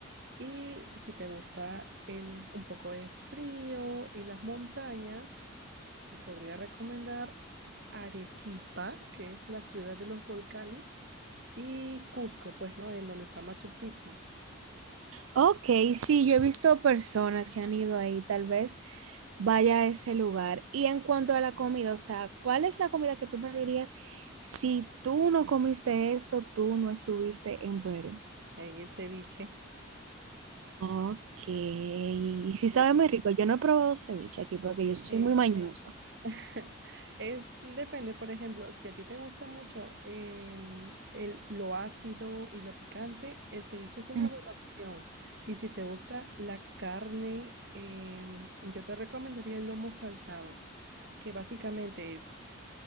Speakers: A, on the right; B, on the right.
A: Y si te gusta el, un poco de frío y las montañas, te podría recomendar Arequipa, que es la ciudad de los volcanes, y Cusco, pues, ¿no? En donde está Machu Picchu.
B: Ok, sí, yo he visto personas que han ido ahí, tal vez vaya a ese lugar. Y en cuanto a la comida, o sea, ¿cuál es la comida que tú me dirías si tú no comiste esto, tú no estuviste en Perú?
A: Ahí el ceviche.
B: Ok, y
A: Sí,
B: sí sabe muy rico. Yo no he probado ceviche aquí porque yo soy
A: es.
B: muy mañosa.
A: <laughs> Es, depende, por ejemplo, si a ti te gusta mucho em, el, lo ácido y lo picante, el ceviche es una
B: Mm,
A: buena opción. Y si te gusta la carne, em, yo te recomendaría el lomo saltado, que básicamente es